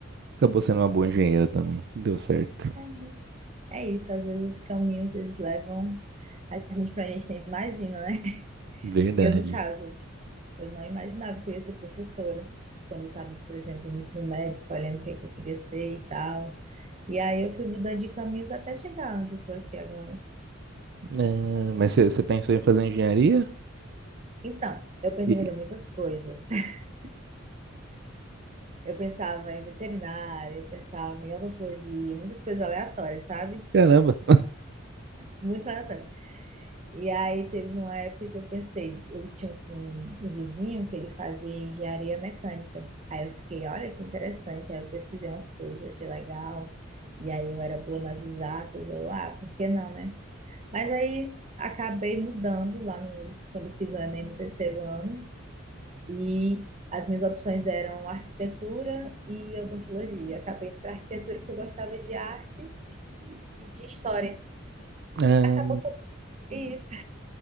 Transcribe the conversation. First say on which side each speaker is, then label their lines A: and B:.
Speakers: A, on the right (about 55°); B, on the right (about 35°).
A: acabou sendo uma boa engenheira também. Deu certo.
B: É isso. É isso, às vezes os caminhos eles levam a gente para a gente nem imagina, né?
A: Verdade.
B: Eu, no caso, Eu não imaginava que eu ia ser professora quando eu estava, por exemplo, no ensino médio, escolhendo o que, é que eu queria ser e tal. E aí eu fui mudando de caminhos até chegar onde eu estou aqui agora.
A: Ah, mas você pensou em fazer engenharia?
B: Então, eu pensei
A: E-
B: em fazer muitas coisas. <laughs> Eu pensava em veterinária, eu pensava em odontologia, muitas coisas aleatórias, sabe?
A: Caramba.
B: Muito aleatórias. E aí teve uma época que eu pensei, eu tinha um, um vizinho que ele fazia engenharia mecânica. Aí eu fiquei, olha que interessante. Aí eu pesquisei umas coisas, achei legal. E aí eu era boa nas exatas, eu, ah, por que não, né? Mas aí acabei mudando lá no, quando fiz o Enem no terceiro ano. E as minhas opções eram arquitetura e odontologia. Acabei indo para arquitetura porque eu gostava de arte e de história.
A: Ah,
B: Acabou com isso.